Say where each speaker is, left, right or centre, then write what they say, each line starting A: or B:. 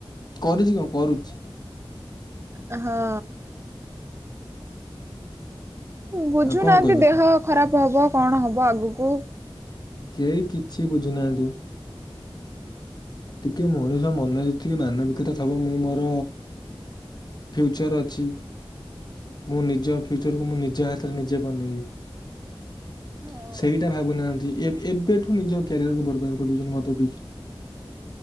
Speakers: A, on the left; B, on the right.
A: କରିଛି କଣ କରୁଛି
B: ଆ ହଁ। ବୁଝୁନାହାନ୍ତି
A: ଆଉ କଣ କହିବ
B: ଦେହ
A: ତ।
B: ଖରାପ ହବ କଣ ହବ ଆଗକୁ
A: କେହି କିଛି ବୁଝୁନାହାନ୍ତି। ଟିକେ ମଣିଷ ମନରେ ଯେତିକି ମାନବିକତା ଥବ ମୁଁ ମୋର ଫ୍ୟୁଚର ଅଛି ମୁଁ ନିଜ ଫ୍ୟୁଚରକୁ ମୁଁ ନିଜ ହାତରେ ନିଜେ ବନେଇବି
B: ହଁ।
A: ସେଇଟା ଭାବୁନାହାନ୍ତି ଏବେଠୁ ନିଜ କ୍ୟାରିଅରକୁ ବର୍ବାଦ କରିଦଉଛନ୍ତି ମଦ ପିଇକି।